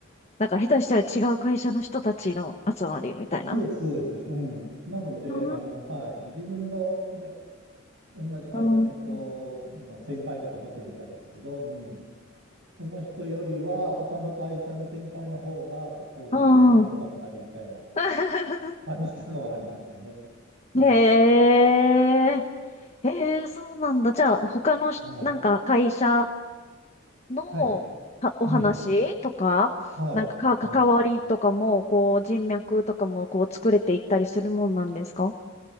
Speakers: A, on the left; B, on the right.
A: なんか下手したら違う会社の人たちの集まりみたいな。
B: そうです、そうです。うん。なので、
A: うん
B: あの、はい。自分のね、同じ会社の人の先輩とかもちろんいたんですけど、
A: うんう
B: うん。その人よりは他の会社の先輩の方が結構面倒見が良かったりみたいな
A: ん。うん。<laughs>
B: 感じとかはありましたね。はい。
A: へえ。へえ、そうなんだ。じゃあ、他のし、
B: はい。
A: なんか会社のはお話とか、
B: はい。うん。はい。
A: なんかか関わりとかも、
B: はい。
A: こう、人脈とかも、こう、作れていったりするもんなんですか